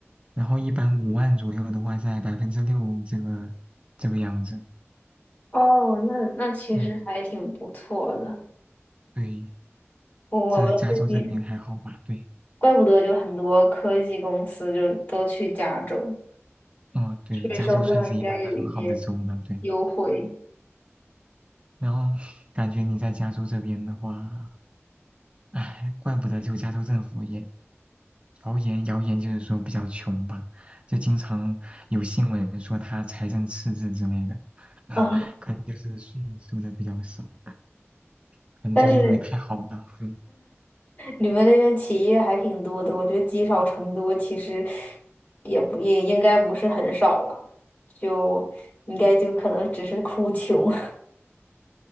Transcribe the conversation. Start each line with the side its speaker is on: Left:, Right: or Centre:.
Right: 然后一般五万左右的话在百分之六这个这个样子。
Left: 哦，那那其实还挺不错的。
Right: 嗯，对，
Left: 我们这边
Right: 这加州这边还好吧？对，
Left: 怪不得就很多科技公司就都去加州，
Right: 嗯，对，
Left: 税收上应该有一些
Right: 加州算是一个很好的州了，对。
Left: 优惠
Right: 然后感觉你在加州这边的话，哎，怪不得就加州政府也。谣言，谣言就是说比较穷吧，就经常有新闻说他财政赤字之类的，<laughs>
Left: <laughs> 啊，
Right: 可能就是税收的比较少，可能就是因为太好了。
Left: 但是
Right: 嗯
Left: 你们那边企业还挺多的，我觉得积少成多，其实也不也应该不是很少了，就应该就可能只是哭穷。